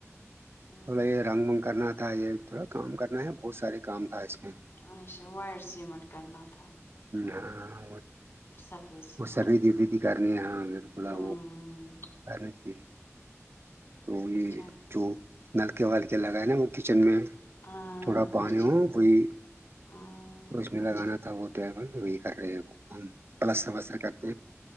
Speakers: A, on the left (about 55°); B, on the right (about 50°).
A: ہوں
B: تھوڑا یہ رنگ بنگ کرنا تھا یہ تھوڑا کام کرنا ہے بہت سارے کام تھا اس میں
A: اچھا وائر سیمٹ کرنا تھا تھا
B: ہاں
A: سفید سیمنٹ
B: وہ سبھید ودھی کرنی ہاں میرے کو
A: ہوں
B: وہ کر رہے تھی تو یہ
A: اچھا
B: جو نلکے والل کے لگائے ل وہ کچن میں
A: ہاں
B: تھوڑا پانی
A: اچھا
B: ہو وہی
A: ہاں
B: تو اس میں
A: اچھا
B: لگانا تھا وہ ڈرائیور وہی کر رہے ہیں وہ کام پلسس کرتے ہیں